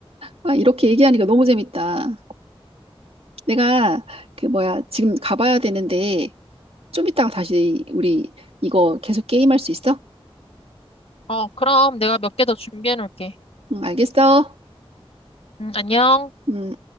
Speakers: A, on the right (about 80°); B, on the left (about 75°).
A: 아, 이렇게 얘기하니까 너무 재밌다. 내가 그 뭐야 지금 가봐야 되는데 좀 이따가 다시 우리 이거 계속 게임할 수 있어?
B: 어, 그럼 내가 몇 개 더 준비해 놓을게.
A: 응, 알겠어.
B: 음, 안녕.
A: 음.